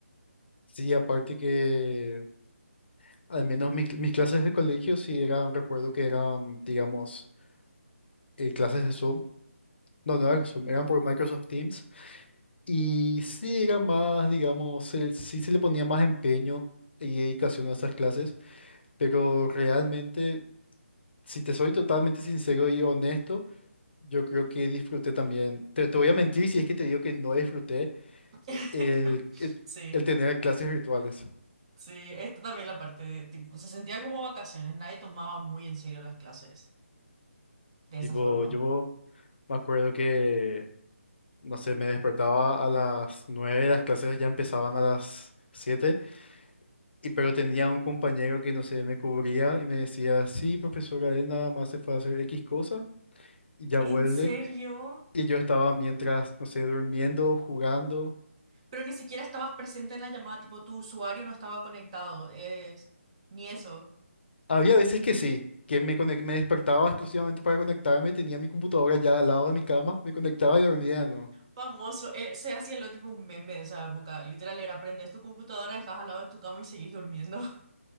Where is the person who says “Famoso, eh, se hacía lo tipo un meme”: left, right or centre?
Right